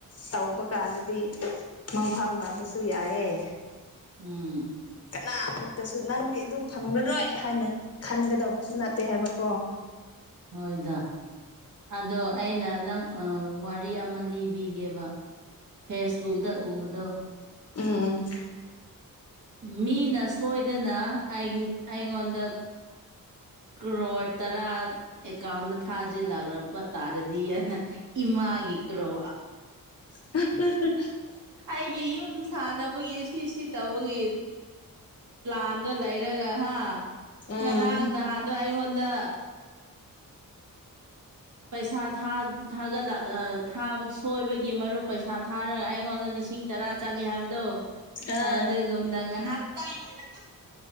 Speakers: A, on the left (about 45°); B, on the right (about 60°).
A: ꯇꯧꯕ ꯀꯥꯟꯗꯗꯤ ꯃꯪꯐꯥꯎꯅꯕꯁꯨ ꯌꯥꯏꯑꯦ
B: ꯎꯝ
A: ꯀꯅꯥ ꯑꯃꯠꯇꯁꯨ ꯅꯪꯗꯤ ꯑꯗꯨ ꯐꯪꯂꯔꯣꯏ ꯍꯥꯏꯅ ꯈꯟꯒꯗꯧꯕꯁꯨ ꯅꯠꯇꯦ ꯍꯥꯏꯕꯀꯣ
B: ꯍꯣꯏꯗ ꯑꯗꯣ ꯑꯩꯅ ꯅꯪ ꯋꯥꯔꯤ ꯑꯃ ꯂꯤꯕꯤꯒꯦꯕ ꯐꯦꯁꯕꯨꯛꯗ ꯎꯕꯗꯣ
A: ꯎꯝ ꯎꯝ
B: ꯃꯤꯅ ꯁꯣꯏꯗꯅ ꯑꯩꯉꯣꯟꯗ ꯀ꯭ꯔꯣꯣꯔ ꯇꯔꯥ ꯑꯦꯀꯥꯎꯟꯗ ꯊꯥꯖꯤꯜꯂꯛꯂꯄ ꯇꯥꯔꯗꯤ ꯑꯅ ꯏꯃꯥꯒꯤ ꯀ꯭ꯔꯣ
A: <inaudible>
B: ꯑꯩꯒꯤ ꯌꯨꯝ ꯁꯥꯟꯅꯕꯒꯤ ꯁꯤ ꯁꯤ ꯇꯧꯕꯒꯤ ꯄꯥꯟꯗꯣ ꯂꯩꯔꯒ ꯍꯥ
A: ꯎꯝ
B: ꯉꯔꯥꯡ ꯅꯍꯥꯟꯗꯣ ꯗ ꯄꯩꯁꯥ ꯊꯥ ꯊꯥꯠꯂ ꯁꯣꯏꯕꯒꯤ ꯃꯔꯨꯞ ꯄꯩꯁꯥ ꯊꯥꯔꯒ ꯑꯩꯉꯣꯟꯗ ꯂꯤꯁꯤꯡ ꯇꯔꯥ ꯆꯪꯉꯦ ꯍꯥꯏꯕꯗꯣ
A: ꯑꯥ
B: ꯑꯗꯦꯒꯗꯪ ꯗꯥꯗꯒꯔ